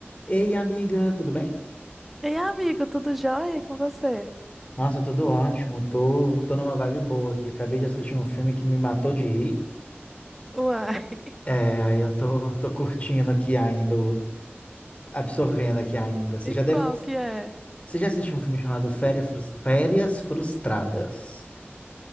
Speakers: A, on the left; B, in the centre.
A: Ei, amiga, tudo bem?
B: Ei, amigo, tudo jóia E com você?
A: Nossa, tudo ótimo. Tô, tô numa vibe boa aqui. Acabei de assistir um filme que me matou de rir.
B: Uai, <laughs>
A: É, aí eu tô, <laughs> tô curtindo aqui ainda, absorvendo aqui ainda. Você
B: e
A: já
B: qual
A: deve,
B: que é?
A: você já assistiu um filme chamado Férias, Frus- Férias Frustradas?